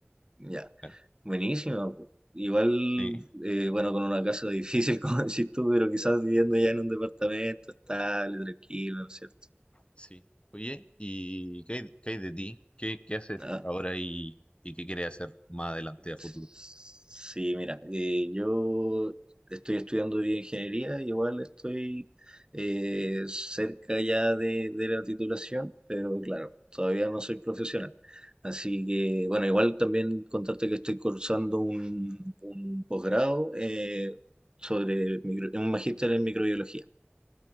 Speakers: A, on the right; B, on the left.
A: Ya,
B: claro.
A: buenísimo. Igual,
B: Sí.
A: eh, bueno, con una casa difícil, <laughs> como decís tú, pero quizás viviendo ya en un departamento estable, tranquilo, ¿no es cierto?
B: Sí. Oye, ¿y qué hay, qué hay de ti? ¿Qué, qué haces
A: Ah,
B: ahora y, y qué quieres hacer más adelante a futuro?
A: Sí, mira, eh, yo estoy estudiando bioingeniería y igual estoy eh, cerca ya de, de la titulación, pero claro, todavía no soy profesional. Así que, bueno, igual también contarte que estoy cursando un, un posgrado eh, sobre micro- un magíster en microbiología.